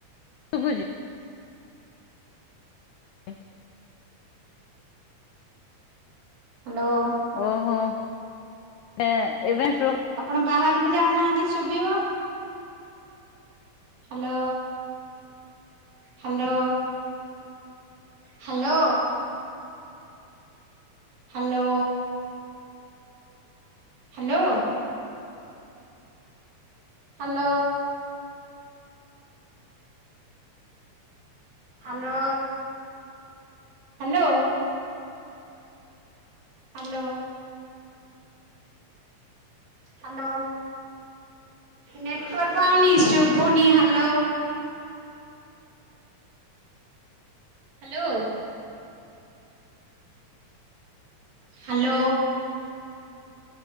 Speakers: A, on the left; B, on the right.
A: ଶୁଭୁଚି। ଇ
B: ହ୍ୟାଲୋ
A: ଓହୋ। ଏ ଏବେ ନେଟୱାର୍କ
B: ଆପଣ ବାହାର କୁ ଯାଉନାହାନ୍ତି ବୁଡିବ। Hello. Hello. Hello. Hello. Hello. Hello hello hello. Hello. Hello network ନି ଶୁଭୁନି hello. Hello. Hello